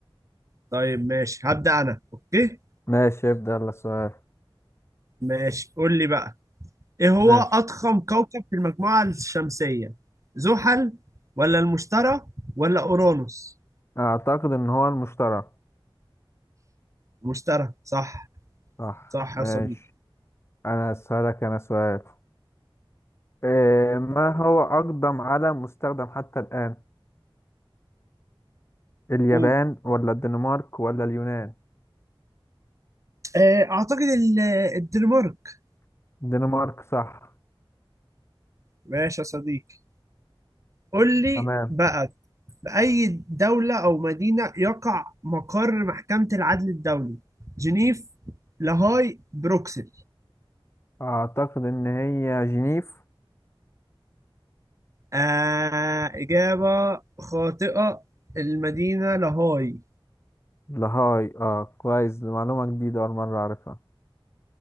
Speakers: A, on the right; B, on the left.
A: طيب ماشي هبدأ انا اوكي
B: ماشي ابدا يلا السؤال
A: ماشي قول لي بقى ايه هو
B: ماشي
A: أضخم كوكب في المجموعة الشمسية زحل ولا المشتري ولا أورانوس
B: اعتقد ان هو المشترى
A: مشترى صح
B: صح
A: صح
B: ماشي
A: يا صديقي
B: انا اسالك انا سؤال إيه ما هو اقدم علم مستخدم حتى الان اليابان
A: و-
B: ولا الدنمارك ولا اليونان
A: آه، اعتقد ال- الدنمارك
B: الدنمارك صح
A: ماشي يا صديقي قول لي
B: تمام
A: بقى في اي دولة او مدينة يقع مقر محكمة العدل الدولي جنيف لاهاي بروكسل
B: اعتقد ان هي جنيف
A: آه إجابة خاطئة المدينة لاهاي
B: لهاي اه كويس دي معلومه جديده اول مره اعرفها